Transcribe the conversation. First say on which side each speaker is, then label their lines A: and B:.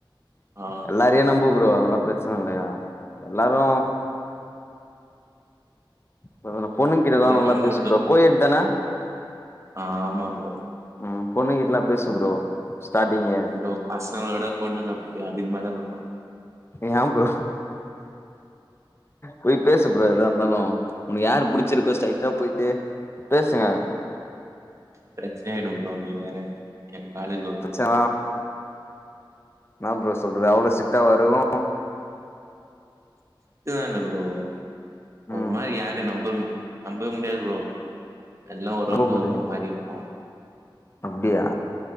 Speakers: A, on the right; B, on the left.
A: ஆ
B: எல்லா தே நம்பு ப்ரோ அதெல்லா பிரச்சனில்லயா எல்லாரு பரவால பொண்ணுங்கிட்ட எல்லா
A: ஆனா
B: நல்லா
A: நம்ம
B: பேசு ப்ரோ கோயெட் தான
A: அ ஆமா ப்ரோ
B: ம் பொண்ணுங்கிட்டெல்லா பேசு ப்ரோ ஸ்டாடிங்கே
A: ப்ரோ பசங்ள விட பொண்ணுங்க புத்தி அதிகமாதா ப்ரோ <unintelligible>
B: ஏ ப்ரோ போய் பேசு ப்ரோ எதா இருந்தாலு உனக்கு யார புடிச்சிருக்கோ ஸ்ட்ரைட்டா போய்ட்டு பேசுங்க
A: பிரச்னையாய்டு ப்ரோ நீ வேற எங் காலஜ்
B: பச்சா என்னா ப்ரோ சொல்ற அவ்ளோ ஸ்டிட்டாவா இருக்கு
A: ஸ்டிட்லா இல்ல ப்ரோ
B: ம்
A: ஒரு மாரி யாரையு நம்ப முடி நம்பவே முடியாது ப்ரோ எல்லா ஒரு
B: நம்ப
A: ஒருத்தவ
B: முடியு
A: ஒரு மாரி இருப்பாங்கோ
B: அப்டியா